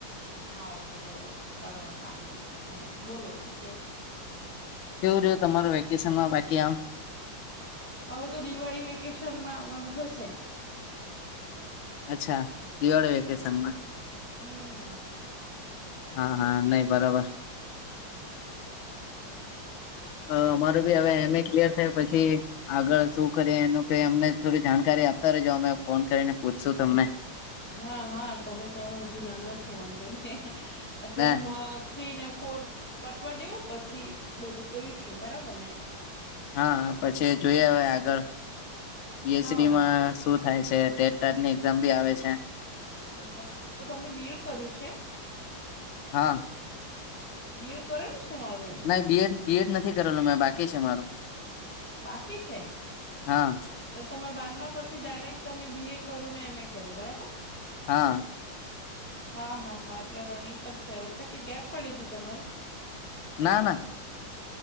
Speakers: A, in the centre; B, on the left.
A: હા ઓકે તો હરવા કામ જશે કેવો બોલો સુ કહ્યો?
B: કેવું રહ્યો તમારા વેકેશનમાં બાકી આમ?
A: હવે તો દિવાળી વેકેશનમાં આવવાનું થશે.
B: અચ્છા! દિવાળો વેકેશનમાં
A: હમ
B: હા હા નહી બરાબર અમારે હવે એમ એ ક્લિયર થયા પછી આગળ શું કરીએ એનું કે અમને થોડી જાણકારી આપતા રેજો અમે ફોન કરીને પૂછશું તમને-
A: હા હા તમે તો હજુ નાના છો વાંધો નહિ સેમ
B: ના
A: વા થ્રી ને ફોર પતવા દયો પછી બધું કઈશું બરાબર ને
B: હા પછી જોઈએ હવે આગળ પીએચડીમાં
A: હા
B: શું- થાય છે ટેટ ટાટ ની એક્ઝામ બી આવે છે.
A: અચ્છા તો તમે બી. એડ. કર્યું છે?
B: હા
A: બી. એડ. કરેલું છે ને ઓલરેડી?
B: <unintelligible> બી. એડ. નથી કરેલુ મેં બાકી છે મારું.
A: બાકી છે.
B: હા
A: તમારે બારમામાં પછી ડાયરેક્ટ તમે બી. એ. કર્યું ને એમ. એ. કર્યું બરાબર?
B: હા
A: હા હા હા એટલે રનિંગ જ છે વચ્ચે કઈ ગેપ પડી હતી તમારી?
B: ના ના